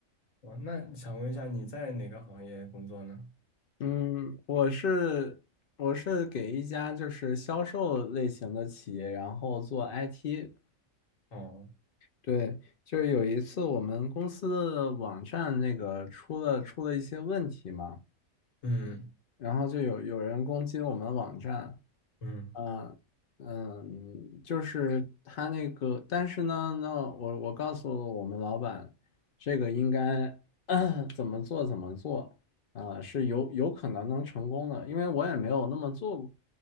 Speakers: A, on the left (about 75°); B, on the left (about 50°).
A: 哦，那想问一下你在哪个行业工作呢？
B: 嗯，我是我是给一家就是销售类型的企业，然后做 IT。
A: 哦，
B: 对，就是有一次我们公司的网站那个出了出了一些问题嘛，
A: 嗯
B: 然后就有有人攻击我们网站，
A: 嗯
B: 嗯嗯，就是他那个，但是呢，那我我告诉我们老板，这个应该 <coughs> <clears throat> 怎么做怎么做。呃，是有有可能能成功的，因为我也没有那么做过。